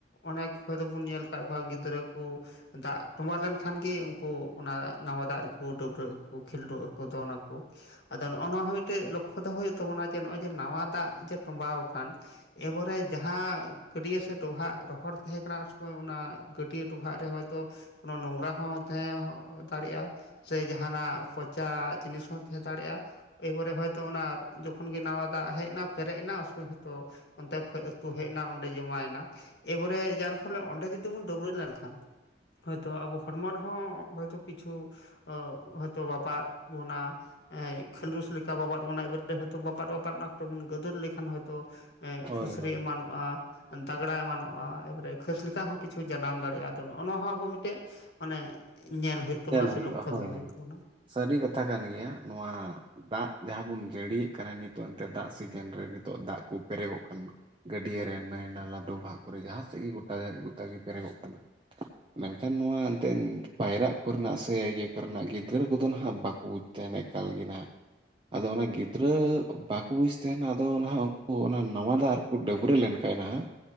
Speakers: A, on the left; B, on the right.
A: ᱚᱱᱮᱠ ᱦᱚᱭᱛᱚ ᱵᱩᱱ ᱧᱮᱞ ᱟᱠᱟᱫ ᱠᱚᱣᱟ ᱜᱤᱫᱽᱨᱟᱹ ᱠᱩ- ᱫᱟᱜ ᱴᱚᱸᱵᱟ ᱞᱮᱱᱠᱷᱟᱱ ᱜᱮ ᱩᱱᱠᱩ ᱚᱱᱟ ᱱᱟᱣᱟ ᱫᱟᱜ ᱨᱮᱠᱚ ᱰᱟᱹᱵᱽᱨᱟᱹᱜ ᱟᱠᱚ ᱠᱷᱤᱞᱰᱩ ᱟᱠᱩ ᱫᱚᱱ ᱟᱠᱩ ᱟᱫᱚ ᱱᱚᱜᱼᱚ ᱱᱚᱣᱟ ᱦᱚᱸ ᱢᱤᱫᱴᱮᱡ ᱞᱚᱠᱠᱷᱚ ᱫᱚᱦᱚ ᱦᱩᱭᱩᱜ ᱛᱟᱵᱚᱱᱟ ᱡᱮ ᱱᱚᱜᱼᱚᱭ ᱡᱮ ᱱᱟᱣᱟ ᱫᱟᱜ ᱡᱮ ᱴᱚᱸᱵᱟᱣ ᱟᱠᱟᱱ। ᱮᱵᱚᱨᱮ ᱡᱟᱦᱟᱸ ᱜᱟᱹᱰᱭᱟᱹ ᱥᱮ ᱰᱚᱵᱷᱟᱜ ᱨᱚᱦᱚᱲ ᱛᱟᱦᱮᱸ ᱠᱟᱱᱟ ᱩᱱ ᱥᱚᱢᱚᱭ ᱚᱱᱟ ᱜᱟᱹᱰᱭᱟᱹ ᱰᱚᱵᱷᱟᱜ ᱨᱮ ᱦᱚᱭᱛᱚ ᱠᱳᱱᱚ ᱱᱚᱝᱨᱟ ᱦᱚᱸ ᱛᱟᱦᱮᱸ ᱦᱚᱸ ᱫᱟᱲᱮᱭᱟᱜᱼᱟ। ᱥᱮ ᱡᱟᱦᱟᱱᱟᱜ ᱯᱚᱪᱟ ᱡᱤᱱᱤᱥ ᱦᱚᱸ ᱛᱟᱦᱮᱸ ᱫᱟᱲᱮᱜᱼᱟ। ᱮᱵᱚᱨᱮ ᱦᱚᱭᱛᱚ ᱚᱱᱟ ᱡᱚᱠᱷᱚᱱ ᱜᱮ ᱱᱟᱣᱟ ᱫᱟᱜ ᱦᱮᱡ ᱮᱱᱟ ᱯᱮᱨᱮᱡ ᱮᱱᱟ ᱩᱱᱥᱚᱢᱚᱭ ᱦᱚᱭᱛᱚ ᱚᱱᱛᱮ ᱠᱷᱚᱡ ᱟᱹᱛᱩ ᱦᱮᱡ ᱮᱱᱟ ᱚᱸᱰᱮ ᱡᱚᱢᱟᱭ ᱮᱱᱟ। ᱮᱵᱟᱨᱮ ᱡᱟᱨ ᱯᱷᱚᱞᱮ ᱚᱸᱰᱮ ᱡᱩᱫᱤ ᱵᱚᱱ ᱰᱟᱹᱵᱽᱨᱟᱹ ᱞᱮᱱᱠᱷᱟᱱ ᱦᱚᱭᱛᱚ ᱟᱵᱚ ᱦᱚᱲᱢᱚ ᱨᱮᱦᱚᱸ ᱦᱚᱭᱛᱚ ᱠᱤᱪᱷᱩ ᱚ ᱦᱚᱭᱛᱳ ᱵᱟᱯᱟᱫ ᱵᱚᱱᱟ। ᱠᱷᱟᱹᱞᱩᱥ ᱞᱮᱠᱟ ᱵᱟᱵᱟᱫ ᱵᱚᱱᱟ ᱮᱵᱟᱨᱮᱛᱮ ᱦᱚᱭᱛᱚ ᱵᱟᱵᱟᱫ ᱵᱟᱵᱟᱫ ᱚᱱᱟ ᱠᱚᱨᱮ ᱵᱚᱱ ᱜᱟᱹᱫᱩᱨ ᱞᱮᱠᱷᱟᱱ ᱦᱚᱭᱛᱳ
B: ᱦᱳᱭ
A: ᱯᱷᱩᱥᱨᱤ
B: ᱦᱳᱭ
A: ᱮᱢᱟᱱᱚᱜᱼᱟ ᱫᱟᱜᱽᱲᱟ ᱮᱢᱟᱱᱚᱜᱼᱟ। ᱮᱵᱟᱨᱮ ᱠᱷᱟᱹᱥ ᱞᱮᱠᱟ ᱦᱚᱸ ᱠᱤᱪᱷᱩ ᱡᱟᱱᱟᱢ ᱫᱟᱲᱮᱭᱟᱜᱼᱟ ᱟᱫᱚ ᱱᱚᱜᱼᱚ ᱱᱚᱣᱟ ᱦᱚᱸ ᱟᱵᱚ ᱢᱤᱫᱴᱮᱡ ᱢᱟᱱᱮ ᱧᱮᱞ ᱦᱩᱭᱩᱜ ᱛᱟᱵᱚᱱᱟ
B: ᱦᱩᱭᱩᱜᱼᱟ
A: ᱥᱮ ᱞᱚᱠᱠᱷᱚ
B: ᱦᱳᱭ
A: ᱫᱚᱦᱚ ᱦᱩᱭᱩᱜ
B: ᱦᱳᱭ
A: ᱛᱟᱵᱚᱱᱟ।
B: ᱥᱟᱹᱨᱤ ᱠᱟᱛᱷᱟ ᱠᱟᱱ ᱜᱮᱭᱟ ᱱᱚᱣᱟ ᱫᱟᱜ ᱡᱟᱦᱟᱸ ᱵᱚᱱ ᱡᱟᱹᱲᱤᱭᱮᱫ ᱠᱟᱱᱟ ᱱᱤᱛᱚᱜ ᱮᱱᱛᱮᱫ ᱫᱟᱜ ᱥᱤᱡᱤᱱ ᱨᱮ ᱱᱤᱛᱚᱜ ᱫᱟᱜ ᱠᱚ ᱯᱮᱨᱮᱜᱚᱜ ᱠᱟᱱᱟ। ᱜᱟᱹᱰᱭᱟᱹ ᱨᱮ ᱱᱟᱹᱭ-ᱱᱟᱞᱟ ᱰᱚᱵᱷᱟᱜ ᱠᱚᱨᱮ ᱡᱟᱦᱟᱸ ᱥᱮᱫ ᱜᱮ ᱜᱚᱴᱟ ᱜᱚᱴᱟ ᱜᱮ ᱯᱮᱨᱮᱜᱚᱜ ᱠᱟᱱᱟ। ᱢᱮᱱᱠᱷᱟᱱ ᱱᱚᱣᱟ ᱮᱱᱛᱮᱱ ᱯᱟᱭᱨᱟᱜ ᱠᱚᱨᱮᱱᱟᱜ ᱥᱮ ᱤᱭᱟᱹ ᱠᱚᱨᱮᱱᱟᱜ ᱜᱤᱫᱽᱨᱟᱹ ᱠᱚᱫᱚ ᱱᱟᱦᱟᱜ ᱵᱟᱠᱩ ᱵᱩᱡᱽ ᱛᱟᱦᱮᱱ ᱮᱠᱟᱞ ᱜᱮ ᱱᱟᱦᱟᱜ ᱟᱫᱚ ᱚᱱᱟ ᱜᱤᱫᱽᱨᱟᱹ ᱵᱟᱠᱚ ᱵᱩᱡ ᱛᱟᱦᱮᱱᱟ ᱟᱫᱚ ᱱᱟᱦᱟᱜ ᱩᱱᱠᱩ ᱚᱱᱟ ᱱᱟᱣᱟ ᱫᱚᱜ ᱨᱮ ᱠᱚ ᱰᱟᱹᱵᱽᱨᱟᱹ ᱞᱮᱱᱠᱷᱟᱡ ᱱᱟᱦᱟᱜ